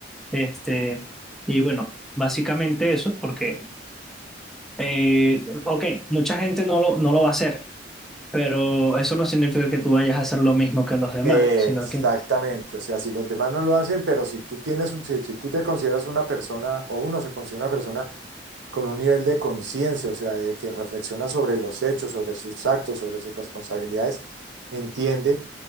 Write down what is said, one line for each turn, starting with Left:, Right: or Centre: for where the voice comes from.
Centre: Este, y bueno, básicamente eso, porque, eh, ok, mucha gente no lo, no lo va a hacer, pero eso no significa que tú vayas a hacer lo mismo que los demás,
Right: Exactamente,
Centre: sino que,
Right: o sea, si los demás no lo hacen, pero si tú tienes un- si, si tú te consideras una persona o uno se considera una persona con un nivel de conciencia, o sea, de que reflexiona sobre los hechos, sobre sus actos, sobre sus responsabilidades, entiende